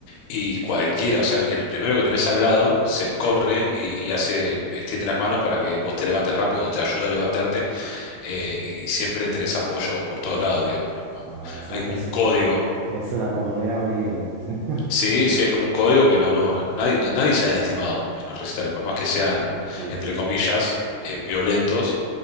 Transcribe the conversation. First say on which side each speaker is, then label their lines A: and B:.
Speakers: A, on the left; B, on the right.
A: Y cualquiera, o sea, el primero que tenés al lado se corre y, y hace, extiende las manos para que vos te levantes rápido o te ayuda a levantarte, eh, y siempre tenés apoyo por todos lados, digamos, no, no.
B: Ah, es
A: Hay
B: una,
A: como
B: es,
A: un código.
B: es una comunidad muy linda, entonces. <laughs>
A: Sí, sí hay como un código que no, no, no- nadie, no- nadie sale lastimado en los recitales, por más que sean,
B: Ujú.
A: entre comillas, eh, violentos,